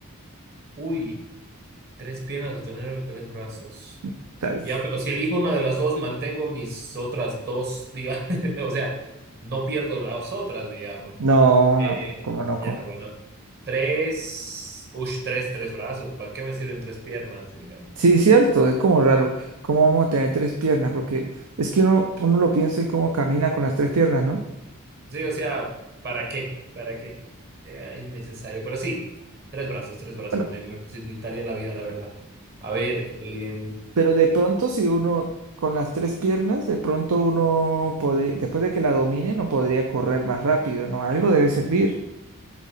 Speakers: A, on the right; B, on the right.
A: Uy, tres piernas o tener tres brazos.
B: O sea, es-
A: Ya, pero si elijo una de las dos, mantengo mis otras dos, diga, <laughs> o sea, no pierdo las otras, digamos.
B: No,
A: Eh,
B: no, como no?
A: ya,
B: ¿Cómo?
A: bueno, tres, ush, tres, tres brazos. ¿Para qué me sirven tres piernas, digamos?
B: Sí, cierto, es como raro. ¿Cómo vamos a tener tres piernas? Porque es que uno, uno lo piensa y cómo camina con las tres piernas, ¿no?
A: Sí, o sea, ¿para qué? ¿Para qué? Era innecesario, pero sí, tres brazos, tres brazos,
B: Bueno,
A: me, me facilitaría la vida, la verdad. A ver, eh,
B: Pero de pronto si uno con las tres piernas, de pronto uno podría, después de que la domine, no podría correr más rápido, ¿no? Algo debe servir.